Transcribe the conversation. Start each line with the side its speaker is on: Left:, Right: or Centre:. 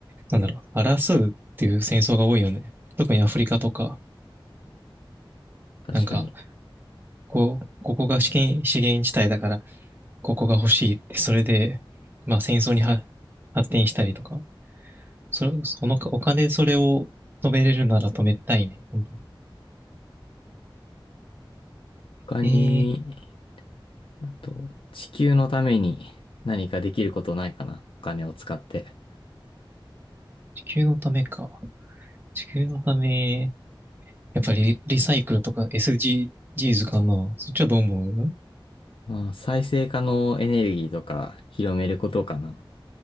Right: なんだろう、争うっていう戦争が多いよね。特にアフリカとか、
Left: 確かに。
Right: なんか、こう、ここが資源、資源地帯だから、ここが欲しいって、それで、まあ、戦争には発展したりとか、それ、そのお金でそれを止めれるなら止めたいね。本当に。
Left: 他に、
Right: えー、
Left: あと、地球のために何かできることないかな。お金を使って。
Right: 地球のためか。地球のため、やっぱりリサイクルとか s g g s かな。そっちはどう思う
Left: まあ、再生可能エネルギーとか広めることかな。